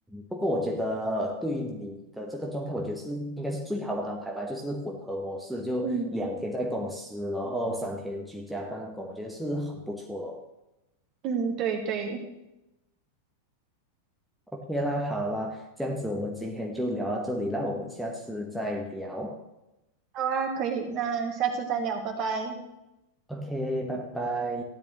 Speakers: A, in the centre; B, on the right.
A: 不过我觉得对于你的这个状态，我觉得是应该是最好的安排吧，就是混合模式，就两天在公司，
B: 嗯
A: 然后三天居家办公，我觉得是很不错的哦
B: 嗯，对对，
A: OK 啦，好啦，这样子我们今天就聊到这里啦，我们下次再聊。
B: 好啊，可以，那下次再聊，拜拜。
A: OK，拜拜。